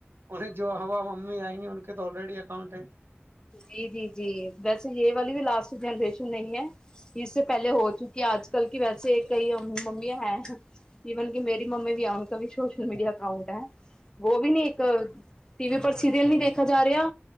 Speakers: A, on the right (about 60°); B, on the left (about 20°).
A: انہیں جو ہوا امی آئیںی ان کے تو آلریڈی اکاؤنٹ ہے
B: جی جی جی ویسے یہ والی بھی لاسٹ جنریشن نہیں ہے اس سے پہلے ہو چکی ہے آج کل کی ویسے کئی ممیاں ہیں ایون کہ میری ممی بھی ہے ان کا بھی سوشل میڈیا اکاؤنٹ ہے وہ بھی نہیں ایک ٹی وی پر سریل نہیں دیکھا ج رہا